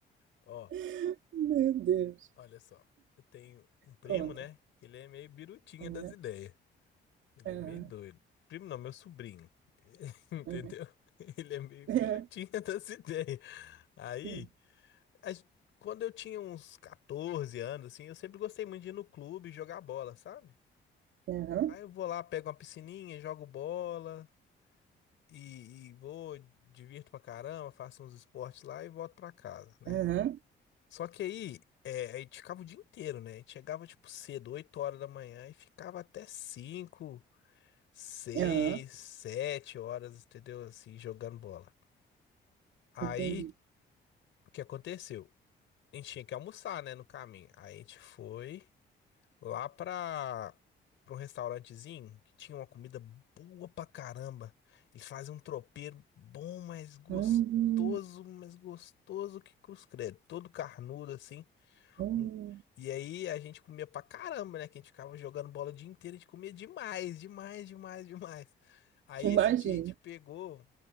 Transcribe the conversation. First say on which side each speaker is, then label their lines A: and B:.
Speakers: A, on the left; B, on the right.
A: Ó,
B: <laughs> Meu Deus.
A: olha só. Eu tenho um primo,
B: Conta.
A: né? Que ele é meio birutinha
B: Aham,
A: das ideias. Ele
B: aham,
A: é meio doido. Primo não, meu sobrinho. <laughs> Entendeu?
B: aham.
A: Ele é meio
B: <laughs>
A: birutinha
B: Aham,
A: <laughs> das ideias. Aí.
B: sim.
A: a gen- quando eu tinha uns 14 anos, assim, eu sempre gostei muito de ir no clube jogar bola, sabe?
B: Aham,
A: Aí eu vou lá, pego uma piscininha, jogo bola e, e vou, divirto pra caramba, faço uns esportes lá e volto pra casa, né?
B: aham,
A: Só que aí, é, a gente ficava o dia inteiro, né? A gente chegava, tipo, cedo, 8 horas da manhã e ficava até cinco seis
B: aham.
A: sete horas, entendeu? Assim, jogando bola. Aí,
B: Entendi.
A: o que aconteceu? A gente tinha que almoçar, né, no caminho. Aí a gente foi. lá para pra um restaurantezinho que tinha uma comida boa pra caramba. Eles fazem um tropeiro bom, mas gostoso,
B: Hum,
A: mas gostoso que cruz credo. Todo carnudo assim.
B: hum.
A: Um- E aí a gente comia pra caramba, né? Que a gente ficava jogando bola o dia inteiro, a gente comia demais, demais, demais, demais. Aí
B: Imagina.
A: esse dia a gente pegou.